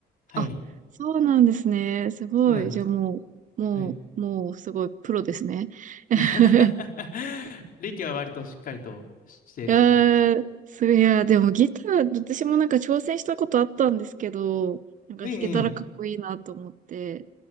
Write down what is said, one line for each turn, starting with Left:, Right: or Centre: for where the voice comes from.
Left: はい、
Right: あ、そうなんですね。すごい。
Left: そうなんです。
Right: じゃあもう、もう、
Left: はい。
Right: もうすごいプロですね。<laughs>
Left: <laughs> リキは割としっかりとしているかも。
Right: いやー、そりゃ、でもギター、私もなんか挑戦したことあったんですけど、なんか弾けたらかっこいいなと思って。
Left: ええ、ええ